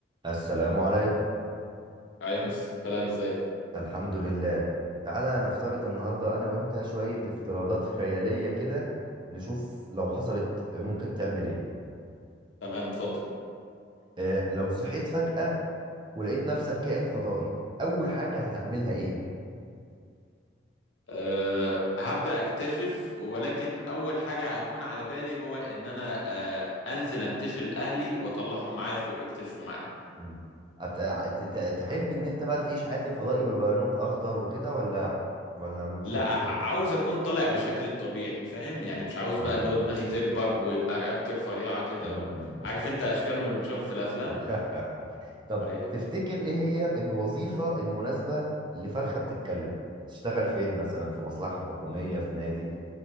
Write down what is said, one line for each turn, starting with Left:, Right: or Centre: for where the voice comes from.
Right: السلام عليكم
Left: عليكم السلام ازيك
Right: الحمد لله تعالى نفترض النهاردة أنا وأنت شوية افتراضات خيالية كده نشوف لو حصلت ممكن تعمل إيه
Left: تمام اتفضل
Right: اه لو صحيت فجأة ولقيت نفسك كائن فضائي أول حاجة هتعملها إيه؟
Left: أه هبدأ أكتشف ولكن أول حاجة هتكون على بالي هو إن أنا أه أنزل أنتشل أهلي وأطلعهم معايا فوق يكتشفوا معايا
Right: مم. هت- هت- ت- تحب إن أنت بقى تعيش حياة الفضائي ويبقى لونك أخضر وكده ولا ولا مش
Left: لا
Right: هتحب
Left: ع-
Right: كده؟
Left: عاوز أكون طالع بشكل الطبيعي فاهم يعني مش عاوز بقى
Right: آه آه
Left: اللي هو دماغي تكبر ويبقى رقبتي رفيعة كده
Right: مم،
Left: و...
Right: مم، مم.
Left: عارف أنت أشكالهم اللي بنشوفها في الأفلام
Right: <laughs> طب
Left: ايوه
Right: تفتكر ايه هي الوظيفة المناسبة لفرخة بتتكلم تشتغل فين مثلا في مصلحة حكومية في نادي